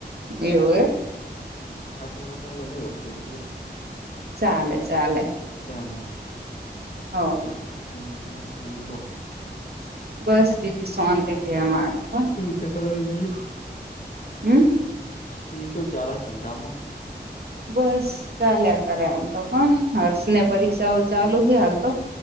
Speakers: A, on the right; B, on the left.
A: એવું હ.
B: હ આટ મોટ ઊર નહી હોતી.
A: ચાલે ચાલે.
B: અમાં.
A: હ.
B: એટલે હમ. બીજું કો
A: બસ બીજી સોને થ મારે પણ.
B: કેરાય ગીયુ -
A: હમ.
B: બીજૂ કેવું ચાલે ધંધામાં.
A: બસ ચાલ્યા કરે હાલ તો કોણ હર્ષને
B: એવું
A: પરીક્ષાઓ
B: એમ
A: ચાલુ છેય હાલ તો.